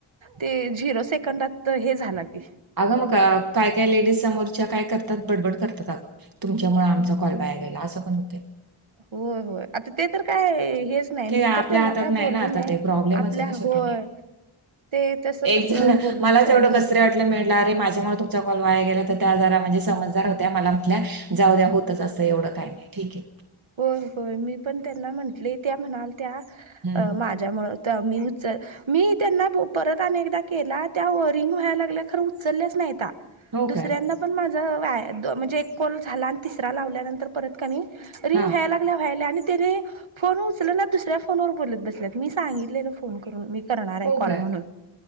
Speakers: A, on the right; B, on the right.
A: ते झिरो सेकंडात हे झालं की
B: अग म का काय काय लेडीज समोरच्या काय करतात बडबड करतात अगं तुमच्यामुळे आमचा कॉल बाहेर गेला असं पण होते
A: होय होय आता ते तर काय हेच नाही
B: ठीक
A: मी
B: आहे आपल्या
A: तर त्यांना
B: हातात
A: काय
B: नाही
A: बोलली
B: ना आता ते प्रॉब्लेमच
A: आपल्या
B: आहे ना शेवटी
A: होय ते तसं कसं
B: एकजण
A: बोलून
B: मलाच
A: चाल
B: एवढं कसर वाटलं अरे माझ्यामुळे तुमचा कॉल वाया गेला त्या आजार म्हणजे समजदार होत्या मला म्हटल्या जाऊ द्या होतच असं एवढं काही नाही ठीक आहे
A: होय होय मी पण त्यांना म्हंटले त्या म्हणाल त्या
B: हं.
A: माझ्यामुळे तर मी उचल मी त्यांना परत अनेकदा केला त्या व रिंग व्हायला लागल्या खरं उचलल्याच नाहीत नव्हत्या
B: हो
A: दुसऱ्यांदा
B: काय?
A: पण व्याया म्हणजे एक कॉल झाला आणि तिसरा लावल्यानंतर परत कणी रिंग
B: हां.
A: व्याय लागल्या व्हायला आणि तेनी फोन उचल ना दुसऱ्या फोनवर बोलत बसल्या मी सांगितले करून करणार आहे
B: हो
A: कॉल
B: काय?
A: म्हणून